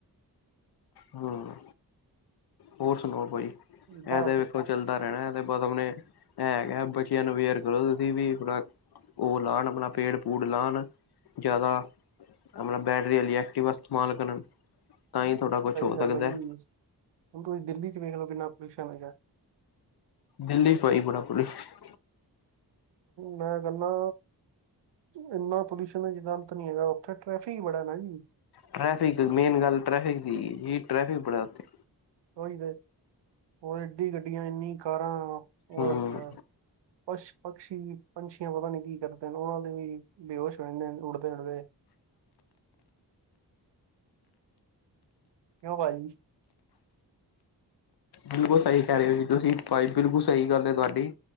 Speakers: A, on the left (about 65°); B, on the right (about 80°).
A: ਹਮ, ਹੋਰ ਸੁਣਾਓ ਭਾਜੀ ਇਹ
B: ਵਾਹ
A: ਤੇ ਵੇਖੋ ਚੱਲਦਾ ਰਹਿਣਾ ਹੈ ਤੇ ਬਸ ਆਪਣੇ ਬੱਚਿਆਂ ਨੂੰ ਅਵੇਅਰ ਕਰੋ ਤੁਸੀਂ ਵੀ ਉਹ ਲਾਉਣ ਆਪਣਾ ਪੇੜ ਪੂੜ ਲਾਉਣ ਜ਼ਿਆਦਾ ਆਪ ਬੈਟਰੀ ਆਲੀ ਐਕਟਿਵਾ ਇਸਤੇਮਾਲ ਕਰਨ ਤਾਂ ਹੀ ਥੋੜਾ ਕੁਛ
B: ਸਹੀ
A: ਹੋ
B: ਗੱਲ
A: ਸਕਦਾ
B: ਹੈ ਜੀ, ਹੁਣ ਤੁਸੀਂ ਦਿੱਲੀ ਚ ਵੇਖ ਲਓ ਕਿੰਨਾ ਪੋਲਿਊਸ਼ਨ ਹੈਗਾ
A: ਦਿੱਲੀ ਭਾਜੀ ਬੜਾ ਪੋਲਿਊਸ਼ਨ
B: ਮੈਂ ਕਹਿੰਨਾ ਇੰਨਾ ਪੋਲਿਊਸ਼ਨ ਦਾ ਜਿਦਾ ਅੰਤ ਨੀ ਹੈਗਾ ਉੱਥੇ ਟ੍ਰੈਫਿਕ ਹੀ ਬੜਾ ਨਾ ਜੀ
A: ਟ੍ਰੈਫਿਕ, ਮੇਨ ਗੱਲ ਟੈਫਿਕ ਦੀ, ਇਹ ਟ੍ਰੈਫਿਕ ਬੜਾ ਉੱਥੇ
B: ਉਹੀ ਏ, ਹੋਰ ਏਡੀ ਗੱਡੀਆਂ, ਇੰਨੀਆ ਕਾਰਾਂ, ਹੋਏ
A: ਹੂੰ
B: ਹੋਏ ਪਸ਼ੂ ਪਕਸ਼ੀ ਪੰਛੀਆਂ ਪਤਾ ਨੀ ਕੀ ਕਰਦੇ, ਉਹਨਾਂ ਦੇ ਵੀ ਬੇਹੋਸ਼ ਹੋ ਜਾਂਦੇ, ਉੱਡਦੇ- ਉੱਡਦੇ ਕਿਉਂ ਭਾਜੀ
A: ਬਿਲਕੁਲ ਸਹੀ ਕਹਿ ਰਹੇ ਹੋ ਜ ਤੁਸੀਂ, ਬਿਲਕੁਲ ਸਹੀ ਗੱਲ ਤੁਹਾਡੀ